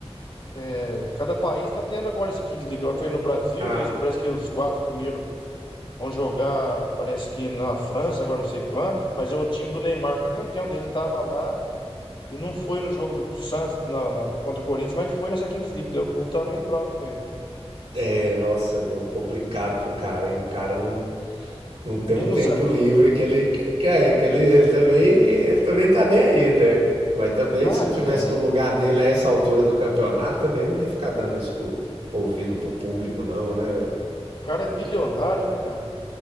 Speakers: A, on the left (about 50°); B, on the right (about 85°).
A: é, cada país está tendo agora essa Kings League. Agora foi no Brasil,
B: ah.
A: daí parece que os quatro primeiros vão jogar, parece que na França, agora não sei quando. Mas o time do Neymar foi campeão, daí ele estava lá e não foi no jogo do Santos na, na- na- contra o Corinthians, mas foi nessa Kings League. Daí o povo tava meio bravo com ele.
B: É, nossa, co- complicado pro cara, hein? O cara não, não tem
A: Ele
B: um tempo
A: não se ajuda,
B: livre
A: né?
B: que ele que, que é, que ele, ele também ele também tá nem aí, né? Mas também
A: Ah,
B: se eu
A: tá
B: tivesse
A: nem aí.
B: no lugar
A: O
B: dele a essa altura do campeonato, também eu não ia ficar dando isso ouvido pro público não, né, velho?
A: cara é bilionário, né, cara?